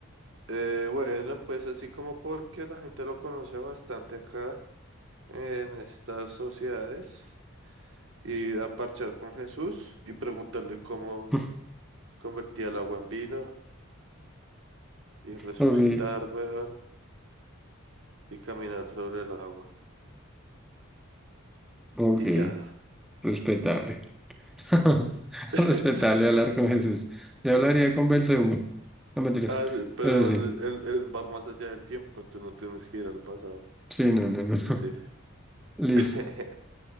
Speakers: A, on the right; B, in the centre.
A: Eh, bueno, pues así como porque la gente lo conoce bastante acá en estas sociedades, ir a parchar con Jesús y preguntarle cómo
B: <laughs>
A: convertía el agua en vino y resucitar,
B: Ok,
A: weón, y caminar sobre el agua.
B: ok,
A: Y ya.
B: respetable. <laughs>
A: <laughs>
B: Respetable hablar con Jesús. Yo hablaría con Belcebú. No mentiras,
A: Ah, sí, pero
B: pero sí,
A: no, le- él, él va más allá del tiempo, entonces no tienes que ir al pasado.
B: sí, no, no, no,
A: Sí.
B: no. <laughs> Listo.
A: <laughs>